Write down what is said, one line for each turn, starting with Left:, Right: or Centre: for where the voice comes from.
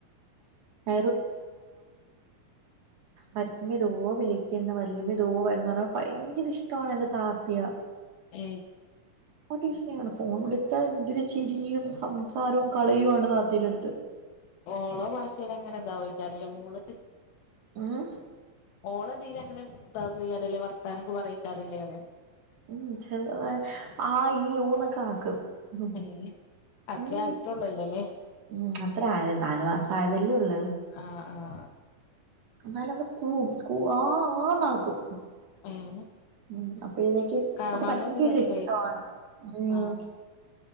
Right: <unintelligible> ഉമ്മി ദോ വിളിക്ക്ന്ന് വല്ല്യായുമ്മി ദോ വരുന്ന് പറയുമ്പോ ഭയങ്കര ഇഷ്ടമാണ് എന്റെ താത്തിയ
Left: ഏ
Right: നാണ് ഫോൺ വിളിച്ചാ എന്തൊര് ചിരിയും സംസാരവും കളിയുമാണ് താത്തിടെത്ത്
Left: ഒളോ ഭാഷേലിങ്ങനക്കാ <unintelligible>
Right: ഉം
Left: ഇതിൽ അങ്ങനെ <unintelligible> വർത്താനൊക്കെ പറക്കാരല്ലേ അവര്
Right: ഉം ചെറ്താ ആ ഈ ഊ ന്നൊക്കെ ആക്കും ഉം
Left: ഏഹ് അത്രേ
Right: ഉം
Left: ആയിട്ടുള്ളൂല്ലല്ലേ
Right: ഉം അത്ര ആയത് നാല് മാസ ആയതല്ലേ ഒള്ള്
Left: ആഹ് ആഹ്
Right: എന്നാല് അവള് കൂവും കൂ ആ ആന്ന് ആക്കും
Left: ഏഹ്
Right: ഉം അപ്പഴതേക്കും
Left: കാണാനൊരു
Right: അവക്ക് ഭയങ്കര
Left: രസേനു
Right: ഇഷ്ടാണ് ഉം
Left: ആഹ്